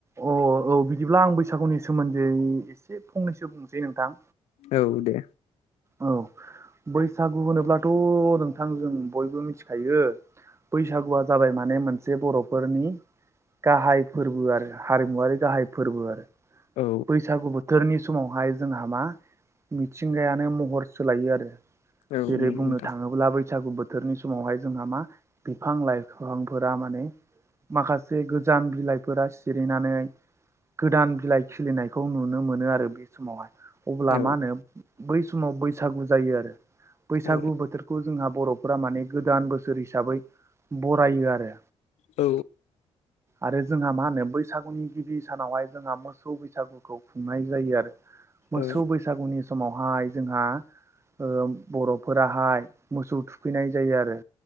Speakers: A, on the right; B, on the left.
A: अ औ बिदिब्ला आं बैसागुनि सोमोन्दै एसे फंनैसो बुंनोसै नोंथां
B: औ दे
A: औ बैसागु होनोब्लाथ नोंथां जों बयबो मिथिखायो बैसागुआ जाबाय माने मोनसे बरफोरनि गाहाय फोरबो आरो हारिमुवरारि गाहाय फोरबो आरो
B: औ
A: बैसागु बो थोरनि समावहाय जोंहा मा मिथिंगायानो महर सोलायो आरो
B: औ
A: जेरै
B: नंगौ
A: बुंनो
B: नोंथां
A: थाङोब्ला बैसागु बोथोरनि समावहाय जोंहा मा बिफां लाइफफांफोरा माने माखासे गोजाम बिलाइफोरा सिरिनानै गोदान बिलाइ खिलिनायखौ नुनो मोनो आरो बे समावहाय अब्ला
B: औ
A: मा होनो बै समाव बैसागु जायो आरो बैसागु
B: औ
A: बोथोर खौ जोंहा बरफोरा माने गोदान बोसोर हिसाबै बरायो आरो।
B: औ
A: आरो जोंहा मा होनो बैसागुनि गिबि सानावहाय जोंहा मो मोसौ बैसागुखौ खुंनाय जायो आरो मोसौ
B: औ
A: बैसागुनि समावहाय जोंहा ओ बरफोराहाय मोसौ थुखैनाय जायो आरो